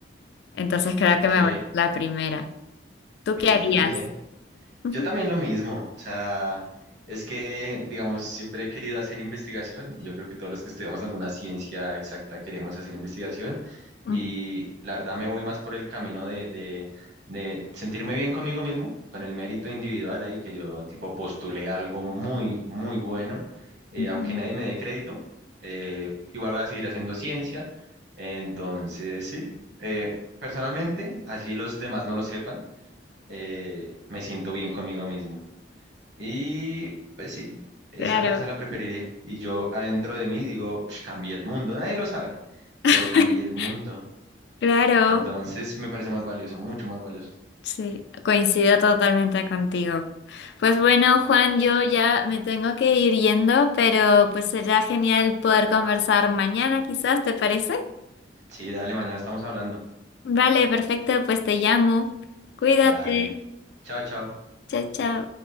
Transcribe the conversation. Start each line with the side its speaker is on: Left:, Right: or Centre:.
Left: Entonces, creo
Right: ok,
Left: que me voy por la primera. ¿Tú
Right: bien,
Left: qué harías?
Right: bien.
Left: <laughs>
Right: Yo también lo mismo, o sea, es que, digamos, siempre he querido hacer investigación. Yo creo que todos los que estudiamos alguna ciencia exacta queremos hacer investigación y
Left: Ujú,
Right: la verdad me voy más por el camino de, de, de sentirme bien conmigo mismo, con el mérito individual ahí, que yo tipo postulé algo muy, muy bueno, eh,
Left: ujú.
Right: aunque nadie me dé crédito, eh, igual voy a seguir haciendo ciencia. Entonces, sí, eh, personalmente, así los demás no lo sepan eh, me siento bien conmigo mismo. Y pues sí, esa,
Left: Claro,
Right: esa la preferiría. Y yo adentro de mí digo, "Ush, cambié el mundo, nadie lo sabe,
Left: <laughs>
Right: pero cambié el mundo.
Left: claro.
Right: Entonces me parece más valioso, mucho más valioso.
Left: Sí, coincido totalmente contigo. Pues bueno, Juan, yo ya me tengo que ir yendo, pero pues será genial poder conversar mañana, quizás, ¿te parece?
Right: Sí, dale, mañana estamos hablando.
Left: Vale, perfecto, pues te llamo. Cuídate.
Right: Dale. Chao, chao.
Left: Chao, chao.